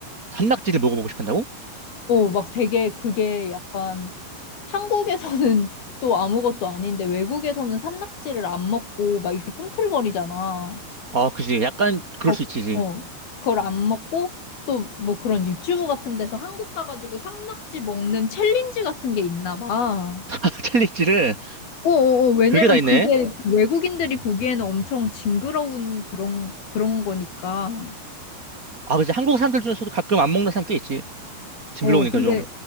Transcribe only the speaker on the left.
어, 막 되게 그게 약간 한국에서는 <laughs> 또 아무것도 아닌데 외국에서는 산낙지를 안 먹고 막 이렇게 꿈틀거리잖아.
어,
어. 그걸 안 먹고 또 뭐 그런 유튜브 같은 데서 한국 가가지고 산낙지 먹는 챌린지 같은 게 있나 봐.
어어어, 왜냐면
그게 외국인들이 보기에는 엄청 징그러운 그런, 그런 거니까.
어, 근데,